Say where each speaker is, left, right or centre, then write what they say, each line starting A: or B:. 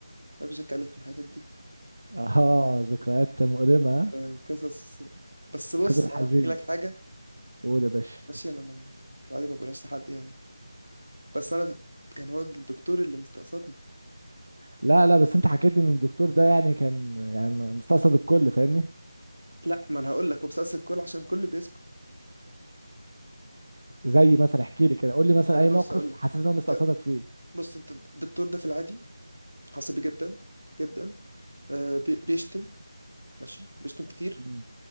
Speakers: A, on the right; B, on the right.
A: مبيش أتكلم في الحاجات دي
B: اه ذكريات مؤلمة ها؟
A: آه، قصص آه. بس بص
B: قصة حزين
A: يعني أنا هحكي لك حاجة
B: قول يا باشا
A: ماشي أنا ما في العادي ما بقولهاش لحد يعني بس أنا في... كان هو الدكتور اللي مستقصدني
B: لا لا بس انت حكيت لي ان الدكتور ده يعني كان يعني مستقصد الكل فاهمني
A: لأ ما أنا هقول لك هو بيستقصد الكل عشان الكل بيسكت
B: زي مثلا احكي لي كده قول لي مثلا
A: يعني
B: اي
A: بص
B: موقف
A: أقول لك
B: حسيت ان هو مستقصدك
A: انت
B: فيه
A: بص انت الدكتور ده في العادي عصبي جدا جدا آه بي- بيشتم ماشي بيشتم كتير
B: مم.